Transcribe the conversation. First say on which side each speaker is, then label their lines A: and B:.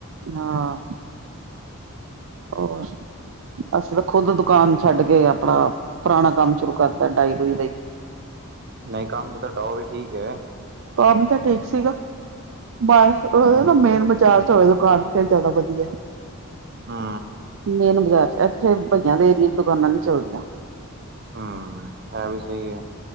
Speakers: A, on the right; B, on the right.
A: ਹਾਂ, ਹੋਰ। ਅਸੀਂ ਤਾਂ ਖੁੱਦ ਦੁਕਾਨ ਛੱਡ ਕੇ ਆਪਣਾ ਪੁਰਾਣਾ ਕੰਮ ਸ਼ੁਰੂ ਕਰਤਾ ਡਾਈ-ਡੂਈ ਦਾ ਹੀ।
B: ਨਹੀਂ, ਕੰਮ ਤਾਂ ਤੁਹਾਡਾ ਓ ਵੀ ਠੀਕ ਐ।
A: ਕੰਮ ਤਾਂ ਠੀਕ ਸੀਗਾ ਬ ਉਹ
B: ਹੂੰ,
A: ਨਾ ਮੇਨ ਬਾਜ਼ਾਰ ਚ ਹੋਵੇ ਦੁਕਾਨ। ਫਿਰ ਜਿਆਦਾ ਵਧੀਆ
B: ਹੂੰ,
A: ਮੇਨ ਬਾਜ਼ਾਰ ਚ ਇੱਥੇ ਬਹੀਆਂ ਦੇ ਏਰੀਏ ਦੁਕਾਨਾਂ ਨੀ ਚੱਲਦੀਆਂ।
B: ਹੂੰ, ਇਹ ਵੀ ਸਹੀ ਹੈ।